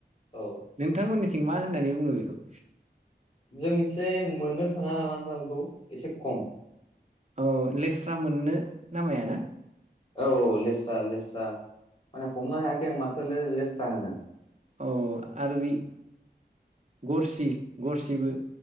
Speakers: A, on the left; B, on the right.
A: औ
B: नोंथांमोननिथिं मा होननानै बुङो बिखौ?
A: जों एसे मोननो थाङा नामा नोंथां बेखौ एसे खम।
B: औ लेस्रा मोननो नामाया ना?
A: औ लेस्रा लेस्रा माने हमनो हायाखै आं माखोनो लेस्रा होनो?
B: औ आरो बे गरसि गरसिबो